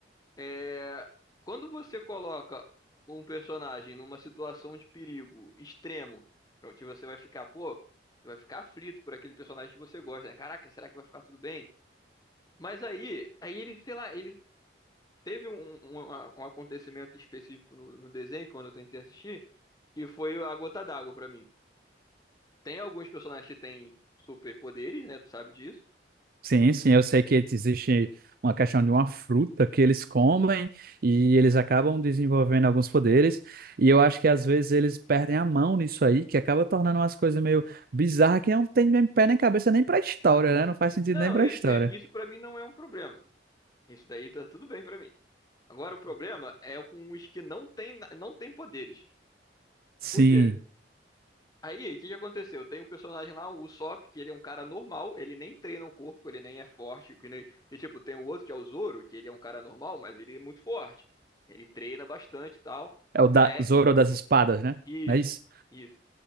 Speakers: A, on the left; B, on the right.
A: É, quando você coloca um personagem numa situação de perigo extremo, pra que você vai ficar, pô, você vai ficar aflito por aquele personagem que você gosta, né? Caraca, será que vai ficar tudo bem? Mas aí, aí ele, sei lá, ele Teve um, um, um acontecimento específico no, no desenho, quando eu tentei assistir, que foi a gota d'água pra mim. Tem alguns personagens que têm superpoderes, né? Tu sabe disso.
B: Sim, sim, eu sei que existe uma questão de uma fruta que eles comem e eles acabam desenvolvendo alguns poderes, e eu acho que às vezes eles perdem a mão nisso aí, que acaba tornando umas coisas meio bizarras que não tem nem pé nem cabeça nem pra história, né? Não faz sentido
A: Não,
B: nem pra
A: isso,
B: história.
A: isso, isso para mim não é um problema. Isso daí tá tudo bem pra mim. Agora, o problema é com os que não têm, na- não têm poderes.
B: Sim,
A: Por quê? Aí, o que que aconteceu? Tem o personagem lá, o Usopp, que ele é um cara normal, ele nem treina o corpo, ele nem é forte, que nem... que, tipo, tem o outro que é o Zoro, que ele é um cara normal, mas ele é muito forte. Ele treina bastante e tal.
B: é o da
A: Já é
B: Zoro das espadas, né?
A: isso,
B: Não é isso?
A: isso.